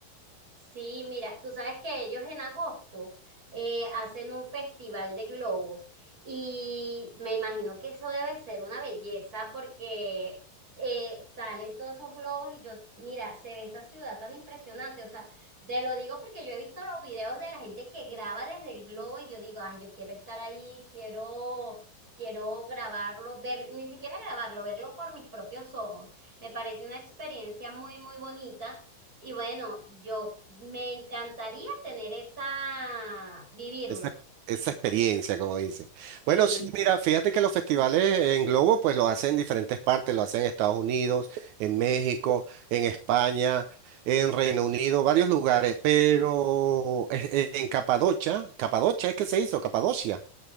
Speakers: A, on the right (about 25°); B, on the right (about 75°).
A: Sí, mira, tú sabes que ellos en agosto eh, hacen un festival de globos y me imagino que eso debe ser una belleza porque eh, salen todos esos globos y yo, mira, se ve esa ciudad tan impresionante, o sea, te lo digo porque yo he visto los videos de la gente que graba desde el globo y yo digo, ay, yo quiero estar ahí, quiero, quiero grabarlo, ver, ni siquiera grabarlo, verlo por mis propios ojos. Me parece una experiencia muy, muy bonita. Y bueno, yo me encantaría tener esa, vivirlo.
B: Esa, esa experiencia, como dicen.
A: Sí,
B: Bueno, sí, mira, fíjate que los festivales en Globo, pues los hacen en diferentes partes, lo hacen en Estados Unidos, en México, en España, en Reino Unido, varios lugares, pero eh, eh, en Capadocia, Capadocia es que se hizo, Capadocia.